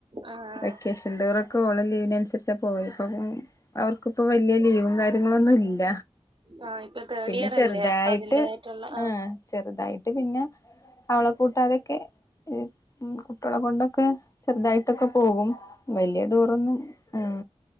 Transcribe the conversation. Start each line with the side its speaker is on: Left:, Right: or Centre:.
Right: ആഹ്
Left: വെക്കേഷൻ റ്റൂറൊക്കെ ഓളെ ലീവിനൻസർച്ചാ പോവല്. ഇപ്പം അവർക്ക് ക്ക് ഇപ്പം വലിയ ലീവും കാര്യങ്ങളൊന്നും ഇല്ല
Right: ആഹ് ഇപ്പൊ തേർഡ്
Left: പിന്നെ
Right: ഇയർ
Left: ചെർ
Right: അല്ലേ അപ്പൊ
Left: തായിട്ട്
Right: അതിന്റേതായിട്ടുള്ള
Left: ആഹ് ചെറുതായിട്ട് പിന്നെ അവളെ കൂട്ടാതെക്കെ ഹ് ഉം കുട്ടിയാളെ കൊണ്ടൊക്കെ ചെർതായിട്ടൊക്കെ പോകും വല്ല്യ ടൂറൊന്നും ഉം